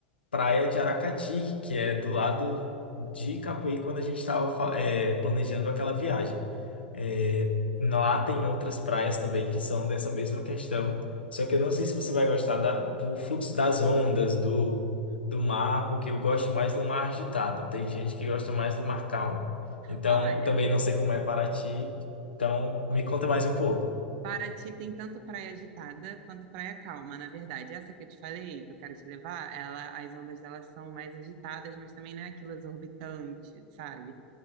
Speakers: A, on the left (about 80°); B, on the right (about 55°).
A: praia de Aracati, que é do lado de Capuí, quando a gente estava planejando aquela viagem. É, lá tem outras praias também que são dessa mesma questão, só que eu não sei se você vai gostar da- do fluxo das ondas, do, do mar, porque eu gosto mais do mar agitado. Tem gente que gosta mais do mar calmo. Então,
B: Olha,
A: eu também não sei como é Paraty, então me conta mais um pouco.
B: Paraty tem tanto praia agitada quanto praia calma, na verdade. Essa que eu te falei, que eu quero te levar, ela, as ondas delas são mais agitadas, mas também não é aquilo exorbitante, sabe?